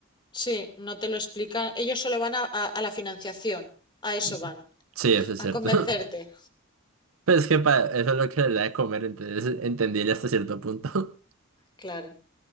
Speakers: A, on the left; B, on the right.
A: Sí, no te lo explican. Ellos solo van a, a- a la financiación, a eso
B: Mm.
A: van, <laughs>
B: Sí,
A: a,
B: eso es cierto.
A: a convencerte,
B: <laughs> Pero es que para eso es lo que le da de comer, entonces entendible hasta cierto punto.
A: claro.